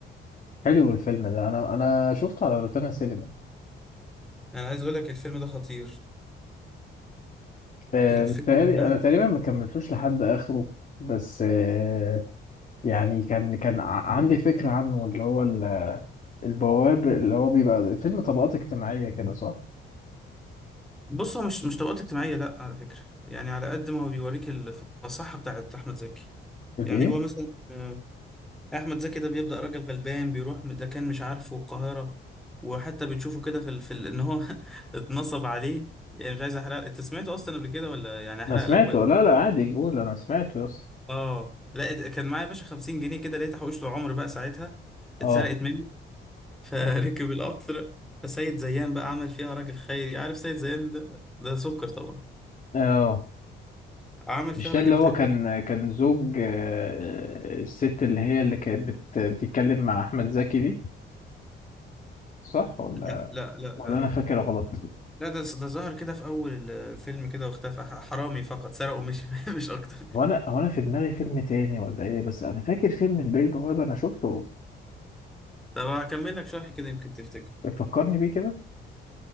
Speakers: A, on the left; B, in the centre.
A: حلو الفيلم ده انا انا شفته على روتانا سينما
B: انا عايز اقول لك الفيلم ده خطير
A: آه،
B: الفيلم
A: متهيألي-
B: ده
A: انا تقريبا ما كملتوش لحد اخره بس آه، يعني كان كان ع- عندي فكرة عنه اللي هو ال- البواب اللي هو بيبقى فيلم طبقات اجتماعية كده صح
B: بص هو مش مش طبقات اجتماعية لا على فكرة يعني على قد ما هو بيوريك الفصاحة بتاعت احمد زكي
A: الايه
B: يعني هو مثلا آه، احمد زكي ده بيبدا راجل غلبان بيروح ده كان مش عارفه القاهره وحتى بتشوفه كده في ال... في ال... ان هو <laughs> اتنصب عليه يعني مش عايز احرق انت سمعته اصلا قبل كده ولا يعني احرق
A: انا سمعته
B: لك ولا
A: لا لا عادي قول انا سمعته يا اسطى
B: اه لا ات- كان معايا يا باشا 50 جنيه كده لقيت حوشت عمر بقى ساعتها اتسرقت
A: اه
B: مني <laughs> فركب
A: آه.
B: القطر فسيد زيان بقى عمل فيها راجل خيري عارف سيد زيان ده ده سكر طبعا
A: اه
B: عمل فيها
A: مش ده
B: راجل
A: اللي هو
B: بتاع خير
A: كان كان زوج آه، الست اللي هي اللي كانت بت... بتتكلم مع أحمد زكي دي صح ولا
B: لا لا لا لا
A: ولا أنا فاكر غلط؟
B: لا ده ده ظهر كده في اول الفيلم كده واختفى ح- حرامي فقط سرقه مش <laughs> مش اكتر
A: وأنا هو أنا في دماغي فيلم تاني ولا إيه بس أنا فاكر فيلم البيه البوابة أنا شفته
B: طب هكمل لك شرح كده يمكن تفتكر
A: فكرني بيه كده؟